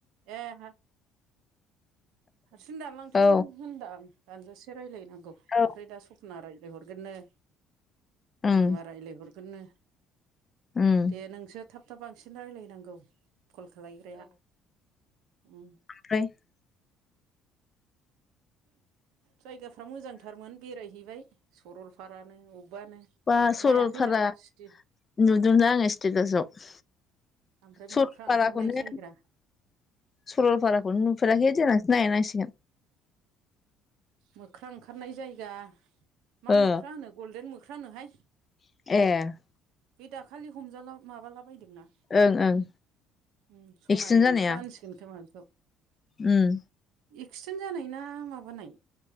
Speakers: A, on the right; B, on the left.
A: ए- हारसिं दालांथों
B: औ
A: होनदां आं दानजासे रायजलायनांगौ
B: औ
A: ओमफ्राय दा सपना रायज्लाय हरगोननो
B: उम
A: बुलि मार राय्लायहरगोननो
B: उम
A: दे नोंसो थाब थाब बांसिन रायज्लायनांगौ कल खालायग्राया उम-
B: ब्रफ्राय <unintelligible>
A: जायगाफ्रा मोजांथारमोन बेरायहैबाय सरलपारानो अबेबानो
B: बा सरलपारा
A: नायाखै नों सिटि
B: नुदोंला आङो सटकाजआव
A: ओमफ्राय
B: सरलपाराखौनो
A: मोख्रा ओंखारनाय जायगा
B: सरलपाराखौनो नुफेराखै देनांसो नायनांसिगोन
A: मोख्रा ओंखारनाय जायगा मा
B: ओ
A: मोख्रा होनो गल्देन मोख्रा होनोहाय
B: ए
A: बे दाखालि हमजाला माबाला बायदोंना
B: ओं ओं
A: ओम सनानि
B: एक्सिडेन्ट जानाया
A: मोख्रा होनसिगोन खोमा बेखौ।
B: उम
A: एक्सिडेन्ट जानाय ना माबानाय?